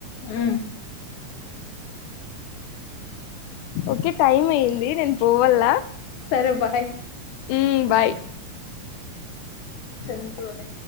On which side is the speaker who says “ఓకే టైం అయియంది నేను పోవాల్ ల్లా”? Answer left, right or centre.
Left